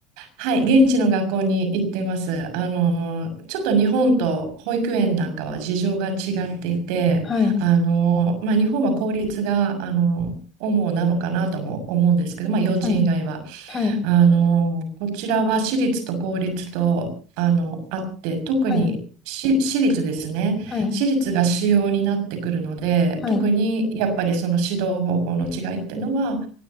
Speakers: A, on the right; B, on the left.
A: はい。現地の学校に行ってます。あの、ちょっと日本と保育園なんかは事情が違っていて、
B: はい。
A: あの、まあ、日本は公立が、あの、主なのかなとも思うんですけど、まあ、幼稚園以外は。
B: はい。はい。
A: あの、こちらは私立と公立と、あの、あって、特にし私立ですね。
B: はい。はい。
A: 私立が主要になってくるので、
B: はい。
A: 特にやっぱりその指導方法の違いっていうのは
B: う